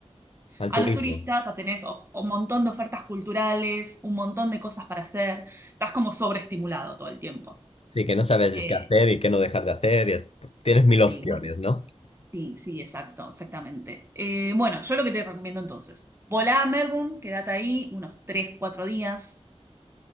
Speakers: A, on the left; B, on the right.
A: al
B: a
A: turismo.
B: los turistas a tenés of- un montón de ofertas culturales, un montón de cosas para hacer, estás como sobreestimulado todo el tiempo.
A: Sí, que no sabes
B: Eh,
A: qué hacer y qué no dejar de hacer. Y es- Tienes mil
B: sí,
A: opciones,
B: un-
A: ¿no?
B: sí, sí, exacto, exactamente. Eh, bueno, yo lo que te recomiendo entonces, volá a Melbourne, quédate ahí unos 3, 4 días.